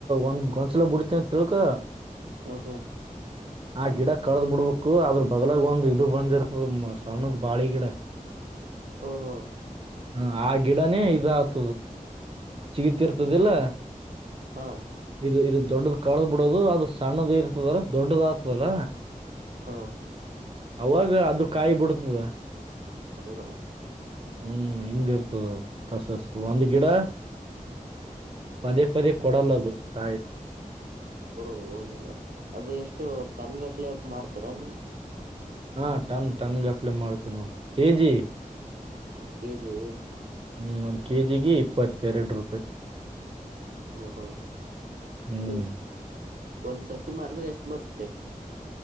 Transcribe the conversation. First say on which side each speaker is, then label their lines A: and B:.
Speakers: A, on the right; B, on the right.
A: ಒಂದ್ ಗೊಂಚಲ ಬಿಡ್ತಿ ಅಂತ ತಿಳ್ಕ
B: ಹ್ಮ್ ಹ್ಮ್
A: ಆ ಗಿಡ ಕಳದ್ ಬಿಡ್ಬೇಕು ಅದ್ರ ಬಗ್ಲಾಗ ಒಂದ್ ಇದು ಬಂದಿರ್ತದ ಸಣ್ಣದ್ ಬಾಳಿ ಗಿಡ
B: ಹ ಹ್ಮ
A: ಹ ಆ ಗಿಡನೇ ಇದಾತ ಸಿಗತಿರ್ತದಿಲ್ಲ
B: ಹಾ
A: ಇದು ಇದು ದೊಡ್ಡದು ಕದ್ ಬಿಡೋದು ಅದು ಸಣ್ಣದ ಇರ್ತದಲ್ಲ ದೊಡ್ಡದ ಆಗ್ತದಲ್ಲ
B: ಹಾ
A: ಅವಾಗ ಅದು ಕಾಯಿ ಬಿಡ್ತದ
B: ಹೌದಾ
A: ಹ್ಮ್ ಹಿಂಗ ಇರ್ತದ ಪ್ರಸೆಸ್ ಒಂದ್ ಗಿಡ ಪದೇ ಪದೇ ಕೊಡಲ್ಲದು ಕಾಯಿ
B: ಓ ಹೌದನು ಅದು ಎಷ್ಟು ಟನ್ಗಟ್ಲೆ ಹಕ ಮ್ತೀರಾ ನೀವು
A: ಹಾ ಟನ್ ಟನ್ ಗಫಲೆ ಮಾಡ್ತೇವಿ ನೋ ಕೆಜಿ
B: ಕೆಜಿ
A: ಹ್ಮ್ ಒಂದ್ ಕೆ ಜಿಗೆ ಇಪ್ಪತ್ತೆರಡು ರೂಪಾಯಿ
B: ಓಹೋ
A: ಹ್ಮ್
B: ಏನ್ ಒಂದ್ಸರ್ತಿ ಮಾಡಿದ್ರೆ ಎಷ್ಟು ಬರುತ್ತೆ